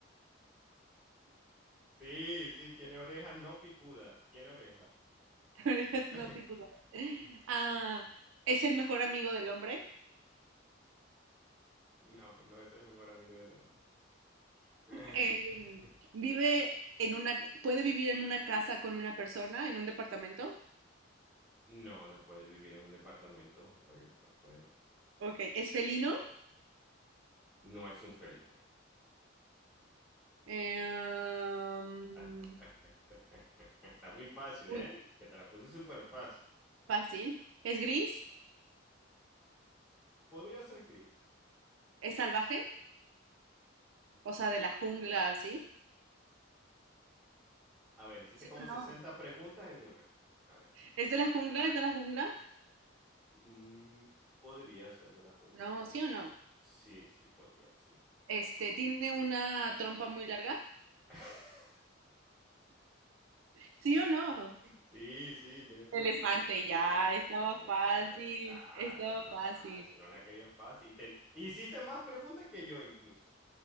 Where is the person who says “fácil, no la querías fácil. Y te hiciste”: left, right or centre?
Centre